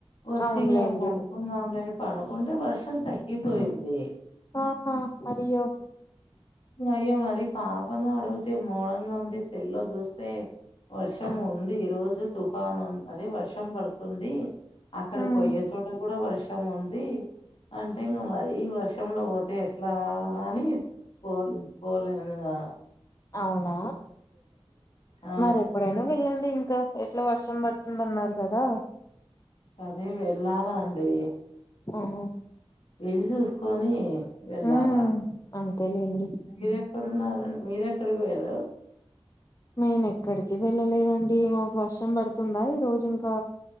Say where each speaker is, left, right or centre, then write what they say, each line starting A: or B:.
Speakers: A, on the left (about 65°); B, on the left (about 35°).
A: వచ్చి
B: అవునులేండి
A: ఇంగ పండ్ కున్నాంలేని పండుకుంటె వర్షం తగ్గిపోయింది
B: ఆహా అయ్యో
A: అయ్యో మరి పాపను అడిగితే <unintelligible> ఉంది సెల్లో చూస్తే వర్షం ఉంది ఈ రోజు తుఫాను అదే వర్షం పడుతుంది అక్కడ
B: ఉమ్
A: పోయ్యే చోట కూడా వర్షం ఉంది అంటే ఇంకా మరి వర్షంలో పోతే ఎట్లా అని పోల్ పోలే ఎందుగా
B: అవునా
A: ఆ
B: మరి ఎప్పుడైనా వెళ్ళండి ఇంకా ఎట్లా వర్షం పడుతుందన్నారు కదా
A: అదే వెళ్ళాల అండి
B: ఓహో
A: వీళ్ళు చూసుకొని వెళ్ళాలా
B: ఉమ్ అంతేలేండి
A: మీరే ఇక్కడున్నారండి మీరు ఎక్కడికి పోయిరు
B: నేను ఎక్కడికి వెళ్ళలేదండి మాకు వర్షం పడుతుందా ఈ రోజు ఇంకా